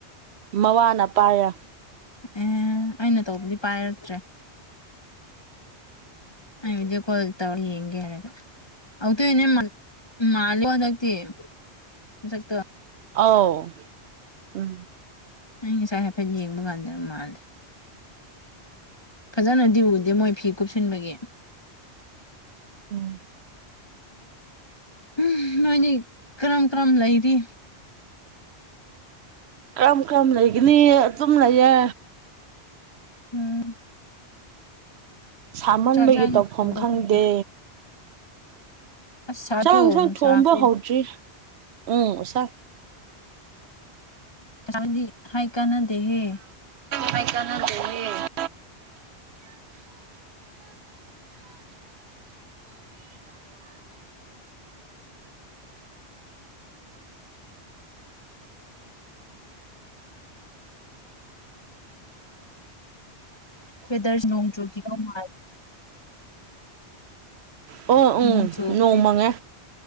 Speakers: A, on the right; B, on the left.
A: ꯃꯋꯥꯅ ꯄꯥꯏꯔꯦ
B: ꯎꯝ ꯑꯩꯅ ꯇꯧꯕꯗꯤ ꯄꯥꯏꯔꯛꯇ꯭ꯔꯦ ꯑꯩ ꯕꯤꯗꯤꯑꯣ ꯀꯣꯜ ꯇꯧꯔ ꯌꯦꯡꯒꯦ ꯍꯥꯏꯔꯒ <unintelligible> ꯃꯂꯤꯀꯣ ꯍꯟꯗꯛꯇꯤ ꯃꯁꯛꯇꯣ
A: ꯑꯥꯎ ꯎꯝ
B: ꯑꯩ ꯉꯁꯥꯏ ꯍꯥꯏꯐꯦꯠ ꯌꯦꯡꯕ ꯀꯥꯟꯗ ꯃꯥꯜꯂꯦ ꯐꯖꯅꯗꯤ ꯎꯗꯦ ꯃꯣꯏ ꯐꯤ ꯀꯨꯞꯁꯤꯟꯕꯒꯤ
A: ꯎꯝ
B: ꯎꯝ ꯅꯣꯏꯗꯤ ꯀꯔꯝ ꯀꯔꯝ ꯂꯩꯔꯤ
A: ꯀꯔꯝ ꯀꯔꯝ ꯂꯩꯒꯅꯤ ꯑꯗꯨꯝ ꯂꯩꯌꯦ
B: ꯎꯝ
A: ꯁꯥꯃꯟꯕꯒꯤ
B: ꯆꯥꯛ ꯏꯟꯁꯥꯡ
A: ꯇꯧꯐꯝ
B: ꯊꯣꯡꯕꯒꯤ
A: ꯈꯪꯗꯦ
B: ꯑꯁ ꯁꯥꯏꯀꯣ
A: ꯆꯥꯡꯏꯟꯁꯥꯡ
B: ꯅꯨꯡꯁꯥꯁꯦ
A: ꯊꯣꯡꯕ ꯍꯧꯗ꯭ꯔꯤ ꯎꯝ ꯁꯥ
B: <unintelligible> ꯗꯤ ꯍꯥꯢ ꯀꯥꯟꯅꯗꯦꯍꯦ
A: ꯃꯥꯢꯆꯥꯅꯗꯦꯍꯦ
B: ꯋꯦꯗ꯭ꯔꯖꯤ ꯅꯣꯡ ꯆꯨꯈꯤꯗꯧ ꯃꯥꯜ
A: ꯑꯣ ꯎꯝ
B: ꯅꯣꯡ ꯆꯨꯒꯅꯤ
A: ꯃꯪꯉꯦ